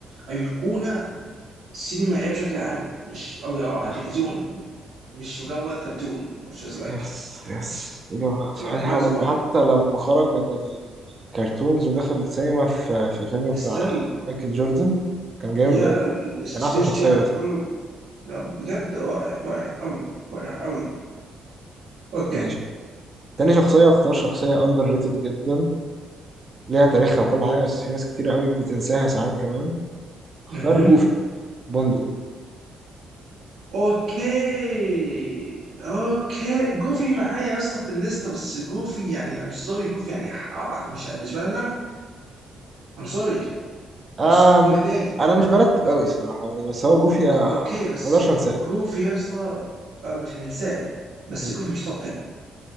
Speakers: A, on the right; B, on the right.
A: ايقونه سينمائيه بشكل عام مش او او على
B: صح
A: التلفزيون مش مجرد كرتون which is like
B: يس يس إجابة صحيحة
A: yeah باكس
B: برضه
A: بوني
B: حتى لما خرج من الكرتونز ودخل السينما في في فيلم بتاع
A: ستيل
B: مايكل جوردن كان جامد
A: يا
B: أوي
A: لا سبيس
B: كان أحسن شخصية
A: جام
B: أصلا
A: وكله لا، بجد رائع رائع قوي رائع قوي اوكي
B: ماشي تاني شخصية اختار شخصية أندر ريتد جدا ليها تاريخها وكل حاجة بس في ناس كتير أوي بتنساها ساعات كمان اختار
A: اها
B: جوفي بندق
A: اوكي اوكي جوفي معايا يا اسطى في الليسته بس جوفي يعني ام سوري جوفي يعني أح- أبع- مش بالنسبه لنا ام سوري
B: أم
A: ام سوري تاني
B: أنا مش برتب أوي صراحة يعني بس هو جوفي أنا
A: اوكي بس
B: مقدرش أنساه
A: جوفي يا اسطى آه، مش هننساه بس
B: أكيد
A: جوفي مش توب 10